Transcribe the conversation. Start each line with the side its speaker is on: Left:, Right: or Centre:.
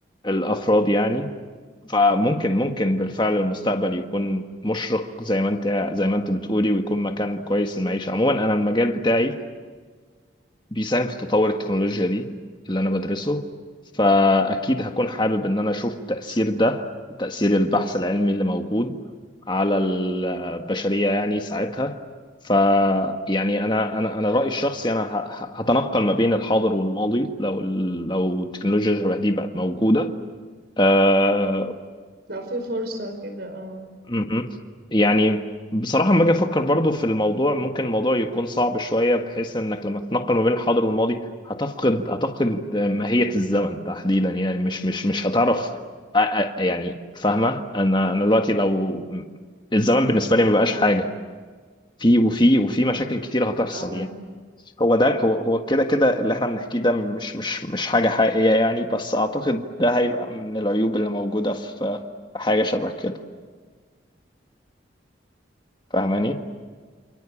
Left: الأفراد يعني فممكن ممكن بالفعل المستقبل يكون مشرق زي ما انت زي ما انت بتقولي ويكون مكان كويس للمعيشة عموما انا المجال بتاعي بيساهم في تطور التكنولوجيا دي اللي أنا بدرسه فأكيد هكون حابب إن أنا أشوف تأثير ده تأثير البحث العلمي اللي موجود على البشرية يعني ساعتها فيعني أنا أنا أنا رأيي الشخصي أنا ه- ه- هتنقل ما بين الحاضر والماضي لو ال- لو التكنولوجيا شبه دي بقت موجودة آه،
Right: لو في فرصة كده اه
Left: مهم. يعني بصراحة لما أجي أفكر برضو في الموضوع ممكن الموضوع يكون صعب شوية بحيث إنك لما تنقل ما بين الحاضر والماضي هتفقد هتفقد ماهية الزمن تحديدا يعني مش مش مش هتعرف أ- أ- يعني فاهمة أنا أنا دلوقتي لو الزمن بالنسبة لي ما بقاش حاجة في وفي وفي مشاكل كتير هتحصل
Right: لو احنا
Left: يعني هو ده هو هو كده كده اللي احنا بنحكيه ده مش مش مش حاجة حقيقية يعني بس اعتقد ده هيبقى من العيوب اللي موجودة في في حاجة شبه كده فاهماني؟